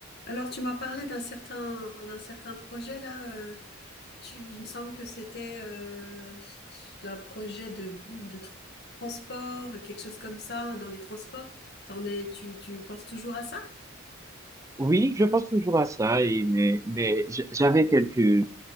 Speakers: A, on the left; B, on the right.
A: Alors, tu m'as parlé d'un certain, d'un certain projet là. euh, tu, il me semble que c'était euh, un projet de, de tra- transport, quelque chose comme ça, dans les transports. T'en es, tu, tu penses toujours à ça?
B: Oui, je pense toujours à ça, et, mais, mais j- j'avais quelques,